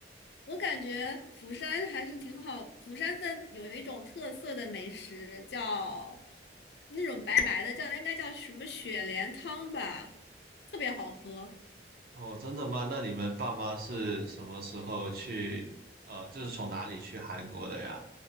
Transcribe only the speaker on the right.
哦，真的吗？那你们爸妈是什么时候去？呃，就是从哪里去韩国的呀？